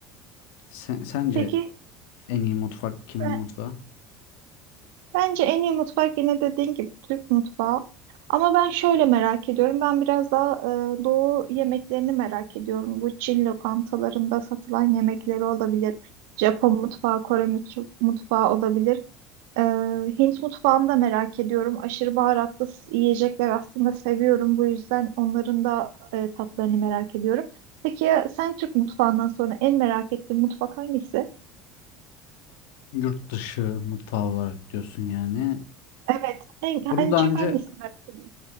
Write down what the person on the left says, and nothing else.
Sen, sence
en iyi mutfak kimin
mutfağı?
Yurt dışı mutfağı olarak diyorsun yani.
Bunu
daha
önce